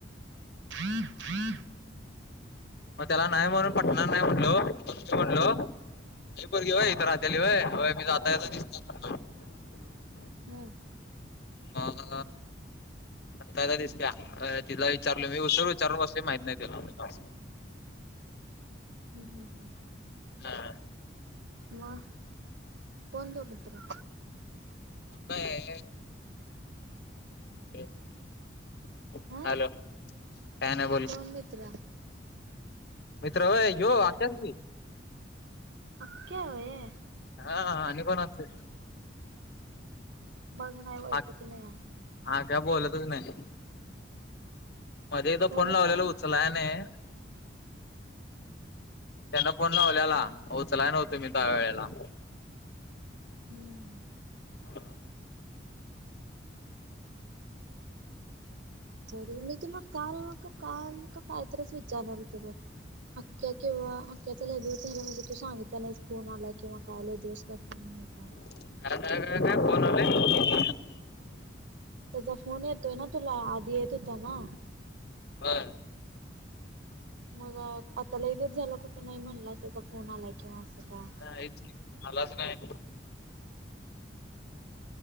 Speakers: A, on the right; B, on the left.
A: हम्म हम्म <inaudible>
B: मग त्याला नाही म्हणून पटणार नाही म्हणलो म्हणलो अ बर घे वय इथ राह्याली वयी जाता दिसत <unintelligible>
A: हम.
B: मग आता आ दिसते तिथला विचारल मी उचरून विचारून कसले माहित नाही दिला म्ह <inaudible>
A: हम् हम्म हम्म.
B: हा.
A: वा कोण तो मित्र?
B: अपय, <inaudible>
A: अ
B: हॅलो काय नाय
A: कोण मित्र
B: मित्र हय यो आशशी
A: अक्या होय,
B: हा आणि कोण असते.
A: बघ नाही ओळखीची
B: हा
A: नाही आता
B: आक्या बोलतच नाही. मध्ये एकदा
A: बोलत
B: फोन लावलेला
A: का नाही
B: उचलाय नय त्यांना फोन लावल्याला उचलाय नव्हतो मी त्या वेळेला, <inaudible>
A: हम्म
B: हा.
A: जर मी तुमला काल का काल का कायतरीच विचारणार होते बघ अख्ख्या कें अख्याचा ल दिवस्याला म्हणजे तू सांगितला नाहीस फोन आला किंवा काय ल दिेवस काय फोन आणि का,
B: <unintelligible>
A: त्याचा फोन येतोय ना तुला आधी येत होता ना
B: होय
A: मग आताला लई दिवस झाला कुठं नाही म्हणलं. फोन आलाय किंवा असं काय
B: नाहीच की आलाच नाही,